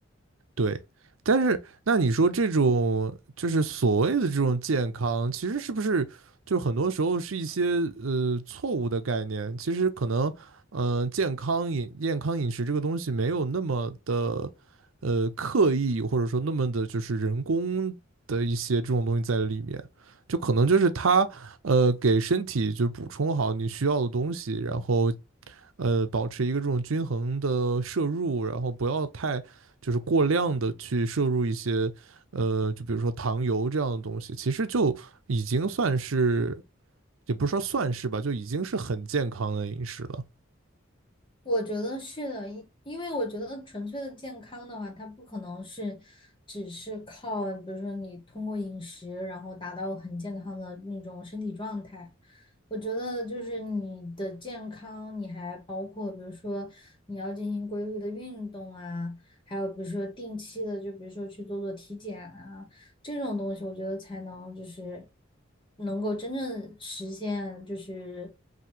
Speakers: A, on the right; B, on the left.
A: 对，但是那你说这种就是所谓的这种健康，其实是不是就很多时候是一些呃错误的概念？其实可能，嗯、健康饮健康饮食这个东西没有那么的呃刻意，或者说那么的就是人工的一些这种东西在里面，就可能就是它呃给身体就是补充好你需要的东西，然后呃保持一个这种均衡的摄入，然后不要太。就是过量的去摄入一些呃，就比如说糖油这样的东西，其实就已经算是，也不是说算是吧，就已经是很健康的饮食了。
B: 我觉得是的，因因为我觉得纯粹的健康的话，它不可能是只是靠，比如说你通过饮食，然后达到很健康的那种身体状态。我觉得就是你的健康，你还包括比如说你要进行规律的运动啊，还有比如说定期的，就比如说去做做体检啊，这种东西，我觉得才能就是能够真正实现，就是